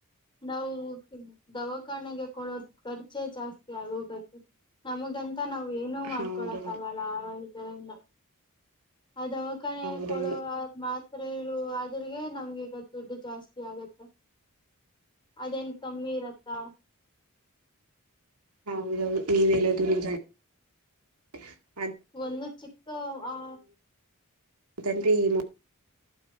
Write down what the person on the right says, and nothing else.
ಹೌದೌದು
ಹೌದೌದು
ಹೌದ ಮೀ ವಲ್ಲ ದನ ಜ <unintelligible>
ತನ್ೀ ಮಾ <unintelligible>